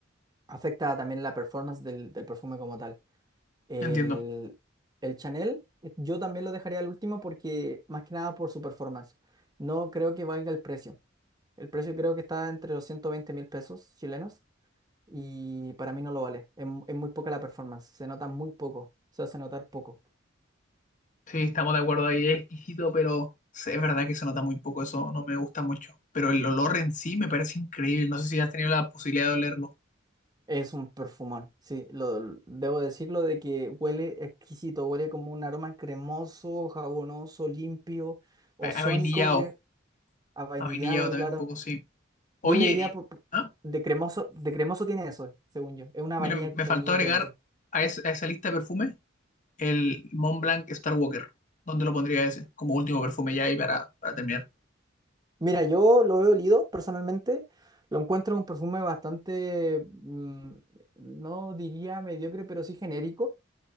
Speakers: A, on the right; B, on the left.
A: afecta también la performance del del perfume como tal. El,
B: Entiendo.
A: el Chanel, eh, yo también lo dejaría al último porque, más que nada, por su performance. No creo que valga el precio. El precio creo que está entre los ciento veinte mil pesos chilenos y para mí no lo vale. Es, mu- es muy poca la performance. Se nota muy poco. Se hace notar poco.
B: Sí, estamos de acuerdo ahí. Es exquisito, pero sí, es verdad que se nota muy poco. Eso no me gusta mucho. Pero el olor en sí me parece increíble. No sé si has tenido la posibilidad de olerlo.
A: Es un perfumón. Sí, lo, lo- debo decirlo de que huele exquisito. Huele como un aroma cremoso, jabonoso, limpio, ozónico,
B: A a vainillado.
A: que, a vainillado
B: A vainillado también
A: claro.
B: un poco, sí. Oye,
A: Yo le diría
B: y-
A: po- po-
B: ah,
A: de cremoso, de cremoso tiene eso, según yo. Es una
B: mira,
A: vainilla,
B: me
A: vainilla
B: faltó agregar
A: cremosa.
B: a, es- a esa lista de perfumes el Mont Blanc Star Walker. ¿Dónde lo pondría ese? Como último perfume ya y para, para terminar.
A: Mira, yo lo he olido personalmente. Lo encuentro un perfume bastante, mm, no diría mediocre, pero sí genérico.